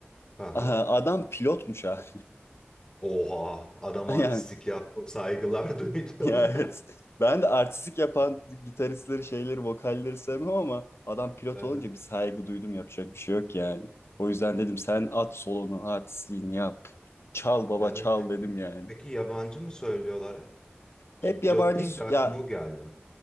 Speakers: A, on the left; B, on the left.
A: Aha.
B: Aha, adam pilotmuş ha.
A: Oha, adam
B: <laughs>
A: artistlik
B: Yani
A: yaptım, saygılar <laughs> duydum.
B: ya evet. Ben de artistik yapan gitaristleri, şeyleri, vokalleri sevmem ama adam pilot
A: Evet,
B: olunca bir saygı duydum. Yapacak bir şey yok yani. O yüzden dedim sen at solonu, artistliğini yap. Çal baba
A: evet.
B: çal dedim
A: Hep...
B: yani.
A: Peki yabancı mı söylüyorlar hep? Şimdi
B: Hep
A: pilot
B: yabancı
A: deyince aklıma
B: ya
A: o geldi.